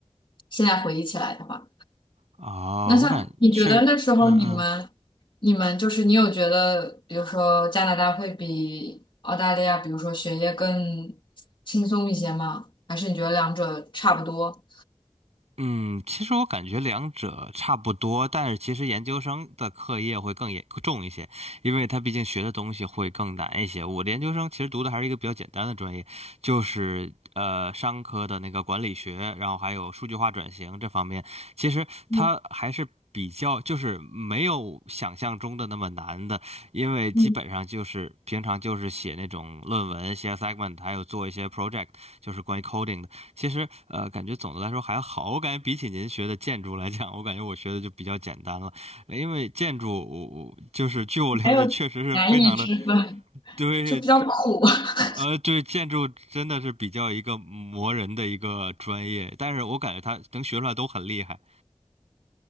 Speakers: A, on the left; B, on the right.
A: 现在回忆起来的话，
B: 哦，
A: 那像你觉得那时候你们，
B: 我感确，嗯嗯
A: 你们就是你有觉得，比如说加拿大会比澳大利亚，比如说学业更轻松一些吗？还是你觉得两者差不多？
B: 嗯，其实我感觉两者差不多，但是其实研究生的课业会更严重一些，因为他毕竟学的东西会更难一些。我的研究生其实读的还是一个比较简单的专业，就是呃商科的那个管理学，然后还有数据化转型这方面。其实它还是比较，
A: 嗯
B: 就是没有想象中的那么难的，因为基本上就是平常就是写那种论文、
A: 嗯，
B: 写 segment，还有做一些 project，就是关于 coding 的。其实呃，感觉总的来说还好，我感觉比起您学的建筑来讲，我感觉我学的就比较简单了，呃因为建筑我我就是据我了解，
A: 没有难易之分。
B: 确实是非常的，对。
A: 就比较苦，<laughs>
B: 呃，对，建筑真的是比较一个磨人的一个专业，但是我感觉他能学出来都很厉害。